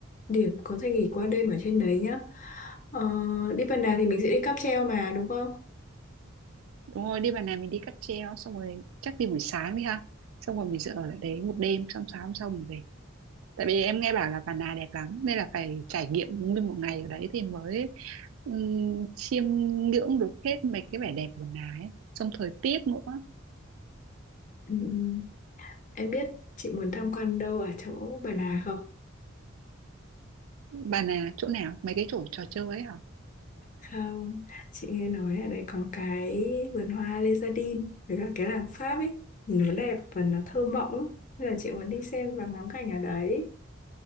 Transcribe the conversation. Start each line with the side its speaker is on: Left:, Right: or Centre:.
Left: điểm có thể nghỉ qua đêm ở trên đấy nhá ờ, đi phần nào thì mình sẽ đi cáp treo mà đúng không
Right: Đúng rồi, đi vào này mình đi cáp treo xong rồi chắc đi buổi sáng đi ha. Xong rồi mình sẽ ở lại đấy một đêm xong sáng hôm sau mình về. Tại vì em nghe bảo là Bà Nà đẹp lắm nên là phải trải nghiệm nguyên một ngày ở đấy thì mới um, chiêm ngưỡng được hết mấy cái vẻ đẹp của Bà Nà ấy. Xong thời tiết nữa.
Left: Ừm, em biết chị muốn tham quan đâu ở chỗ Bà Nà không
Right: Bà Nà chỗ nào? Mấy cái chỗ trò chơi ấy hả?
Left: Không, chị nghe nói ở đấy có cái vườn hoa Lezardin với cả cái làng Pháp ấy, nhìn nó đẹp và nó thơ mộng lắm. Nên là chị muốn đi xem và ngắm cảnh ở đấy.